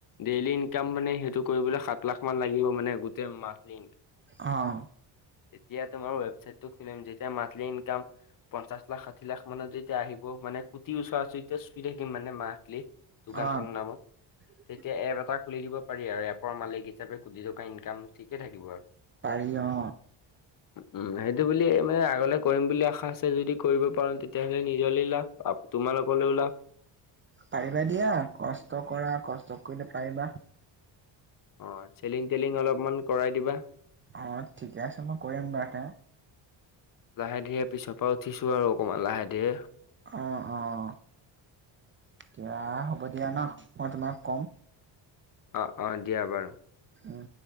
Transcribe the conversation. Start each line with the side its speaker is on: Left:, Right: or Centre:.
Left: ডেইলি ইনকাম মানে সেইটো কৰিবলৈ সাত লাখ মান লাগিব মানে গোটেই মাহটো ইন
Right: অ
Left: এতিয়া তোমাৰ ৱেবচাইটো খোলিম যেতিয়া মান্থলি ইংকাম পঞ্চাছ লাখ, ষাঠ ষাঠি লাখ মানত যেতিয়া আহিব মানে কুটিৰ ওচৰ উচুৱাচিতে চুই থাকিম মানে মান্থলি দোকানখন
Right: অ',
Left: নামত।
Right: <inaudible>
Left: তেতিয়া এপ এটা খুলি দিব পাৰি আৰু এপৰ মালিক হিচাপে কোটি টকা ইনকম ঠিকে থাকিব আৰু।
Right: পাৰি অঁ।
Left: উম সেইটো বুলি মানে আগলে কৰিম বুলি আশা আছে যদি কৰিব পাৰো তেতিয়াহ'লে নিজলৈ লাভ তোমালোকলৈ লাভ।
Right: পাৰিবা দিয়া কষ্ট কৰা কষ্ট কৰিলে পাৰিবা।
Left: অঁ, চেলিং তেলিং অলপমান কৰাই দিবা।
Right: অঁ, ঠিকে আছে মই কৰিম বাৰুতে।
Left: লাহে ধীৰে পিছৰ পৰা উঠিছো আৰু অকনমান লাহে ধীৰে।
Right: অ' অ', এতিয়া হ'ব দিয়া ন, মই তোমাক কম।
Left: অ' অ', দিয়া বাৰু।
Right: উম।